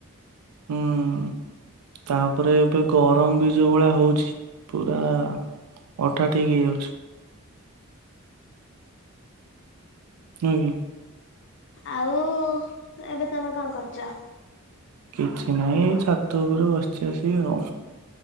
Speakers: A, on the right; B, on the left.
A: ହୁଁ ତାପରେ ଏବେ ଗରମ ବି ଯୋଉ ଭଳିଆ ହଉଛି ପୁରା ଅଠା ଠିକ ହେଇଯାଉଚି। ନୁହେଁ କି?
B: ଆଉ ଏବେ ତମେ କଣ କରୁଚ।
A: କିଛି ନାହିଁ ଏଇ ଛାତ ଉପରୁ ବସିଛି ଆସି କି ଆଉ।